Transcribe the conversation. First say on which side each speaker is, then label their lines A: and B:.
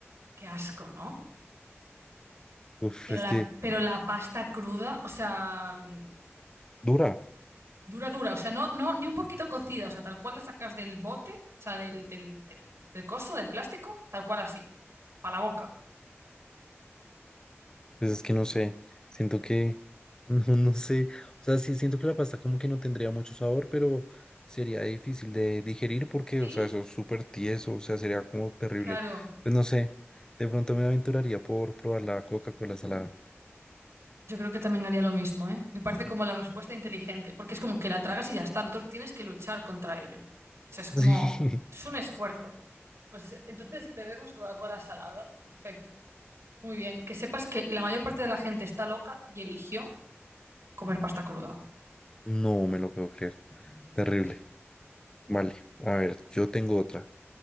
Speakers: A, on the right; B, on the left.
A: Qué asco, ¿no?
B: Uf,
A: Pero
B: es
A: la,
B: que
A: pero la pasta cruda, o sea, mm,
B: dura.
A: dura, dura, o sea, no, no, ni un poquito cocida, o sea, tal cual la sacas del bote, o sea, del, del, del, del coso, del plástico, tal cual así, para la boca.
B: Pues es que no sé, siento que, <laughs> no, no sé, o sea, sí siento que la pasta como que no tendría mucho sabor, pero sería difícil de digerir porque,
A: Sí,
B: o sea, eso es súper tieso, o sea, sería como terrible.
A: claro.
B: Pues no sé, de pronto me aventuraría por probar la Coca-Cola salada. <laughs>
A: Yo creo que también haría lo mismo, ¿eh? Me parece como la respuesta inteligente, porque es como que la tragas y ya está, el otro tienes que luchar contra ello. O sea, es como,
B: Sí,
A: es un esfuerzo. Pues entonces bebemos Coca-Cola salada, perfecto. Muy bien, que sepas que la mayor parte de la gente está loca y eligió comer pasta cruda.
B: no me lo puedo creer,
A: Sí,
B: terrible.
A: sí, sí.
B: Vale, a ver, yo tengo otra.